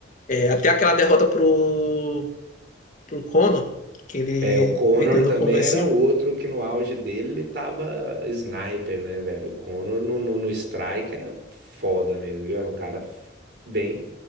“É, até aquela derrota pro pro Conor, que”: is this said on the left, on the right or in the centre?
Left